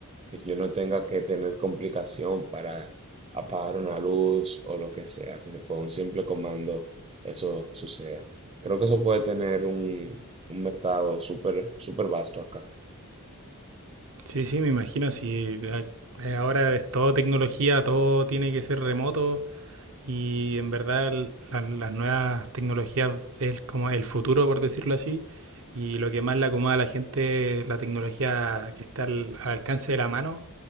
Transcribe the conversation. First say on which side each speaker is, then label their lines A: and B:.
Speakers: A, on the right; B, on the right.
A: que yo no tenga que tener complicación para apagar una luz o lo que sea, que con un simple comando eso suceda. Creo que eso puede tener un, un mercado súper, súper vasto acá.
B: Sí, sí, me imagino, si eh, ahora es todo tecnología, todo tiene que ser remoto, Y en verdad la- las nuevas tecnologías es como el futuro, por decirlo así. Y lo que más le acomoda a la gente la tecnología que está al, al alcance de la mano.